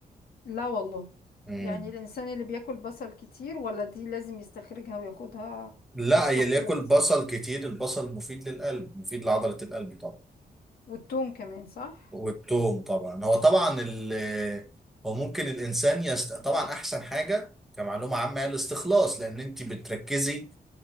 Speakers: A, on the left; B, in the centre.
A: لا والله
B: مم.
A: يعني الانسان اللي بياكل بصل كتير ولا دي لازم يستخرجها وياخدها
B: لا
A: مستخلص
B: يلي ياكل بصل كتير البصل مفيد للقلب مفيد لعضله القلب طبعا
A: والثوم كمان صح
B: والتوم طبعا هو طبعا ال هو ممكن الانسان يست... طبعا احسن حاجه كمعلومه عامه هي الاستخلاص لان انت بتركزي